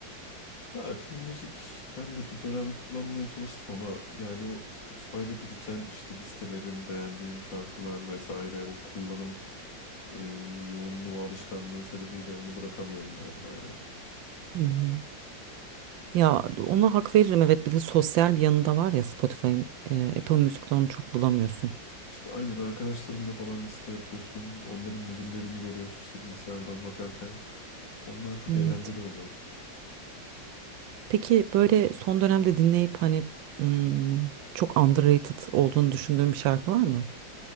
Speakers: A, on the left; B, on the right.
A: Ya Apple Music ben de bir dönem kullanmaya çalıştım ama yani o Spotify'da biriken işte listelerim, beğendiğim şarkılar vesaire o kullanım e, yoğunluğu, alışkanlığı sebebiyle onu bırakamıyorum galiba ya.
B: Hı hı. Ya ona hak veririm evet bir de sosyal bir yanı da var ya Spotify'ın e, Apple Music'te onu çok bulamıyorsun.
A: İşte aynen arkadaşlarınla falan liste yapıyorsun. Onların ne dinlediğini görüyorsun işte bilgisayardan bakarken. Onlar çok
B: Evet.
A: eğlenceli oluyor.
B: Peki böyle son dönemde dinleyip hani hmm, çok underrated olduğunu düşündüğün bir şarkı var mı?